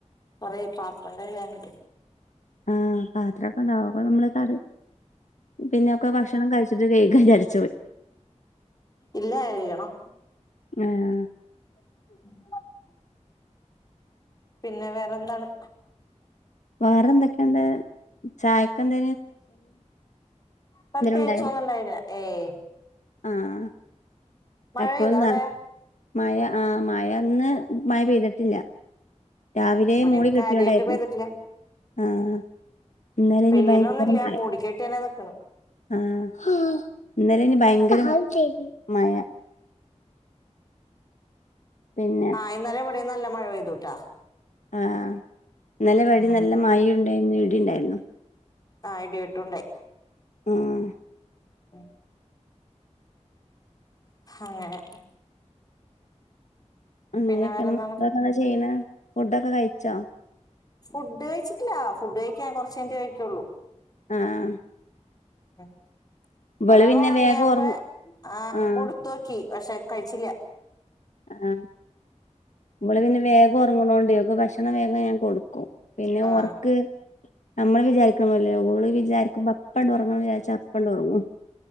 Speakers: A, on the left; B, on the left.
A: കൊറേ പാത്രം കഴുകാനുണ്ട്
B: ആഹ് പാത്രൊക്കെ ഉണ്ടാവും അപ്പോ നമ്മള് കറി പിന്നൊക്കെ ഭക്ഷണം കഴിച്ചിട്ട് കഴുകാം ന്ന് വിചാരിച്ചു
A: ഇല്ല കഴുകണം
B: ആഹ്
A: <unintelligible> പിന്നെ വേറെന്താണ്
B: വേറെ എന്തൊക്കെണ്ട് ചായക്കെന്ത
A: പെതേങ്കിച്ചും
B: ഉണ്ടായിരുന്നു
A: ഒന്നുണ്ടായില്ല ഏയ്
B: ആഹ്
A: മഴ
B: എപ്പോഴന്നാണ്
A: പെയ്തോ അവിടെ
B: മഴ ആഹ് മഴ ഇന്ന് മഴ പെയ്തിട്ടില്ല രാവിലെ
A: ഇവിടെയും
B: മൂടി കെട്ടിയോണ്ടായിരുന്നു
A: കാര്യായിട്ട് പെയ്തിട്ടില്ല
B: ആഹ് ഇന്നലേ അയിന്
A: പെയ്യലൊന്നുമില്ല
B: ഭയങ്കര മഴ
A: മൂടിക്കെട്ടിയന്നെ നിക്കണ്
B: ആഹ് ഇന്നലെ അയ്ന് ഭയങ്കര മഴ പിന്നെ
A: ആഹ് ഇന്നലെ ഇവിടെ നല്ല മഴ പെയ്തു ട്ടാ
B: ആഹ് ഇന്നലെ വൊടീം
A: ഉം
B: നല്ല മയഴുണ്ടായിരുന്നു ഇടിയുണ്ടായിരുന്നു
A: ആഹ് ഇടി വെട്ടുണ്ടായി
B: ആഹ്
A: <unintelligible> അങ്ങനെ
B: അങ്ങനെയൊക്കെയ
A: പിന്നെ വേറെന്താണ്
B: മക്കളൊക്കെ എന്താ ചെയ്യണ ഫുഡൊക്കെ കഴിച്ചാ
A: ഫുഡ് കഴിച്ചിട്ടില്ല ഫുഡ് കഴിക്കാൻ കൊറച്ച് കഴിഞ്ഞിട്ടേ കഴിക്കുള്ളൂ
B: ആഹ്
A: ഉ
B: ഇവള്
A: ഒരാൾ
B: പിന്നെ
A: ഒറങ്ങിയപ്പ
B: വേഗം ഉറങ്ങും
A: ആ
B: ആഹ്
A: കൊടുത്തോക്കി പക്ഷെ കഴിച്ചില്ല
B: ആഹ് ഇബള് പിന്നെ വേഗം ഒറങ്ങണോണ്ട് ഭക്ഷണ വേഗം ഞാൻ കൊടുക്കും പിന്നെ
A: ആഹ്
B: ഒറക്ക് നമ്മള് വിചാരിക്ണ് പോല്ലേല ഓൾ വിചാരിക്കുമ്പോ അപ്പണ്ട് ഉറങ്ങ വിചാ ചപ്പണ്ട ഒറങ്ങും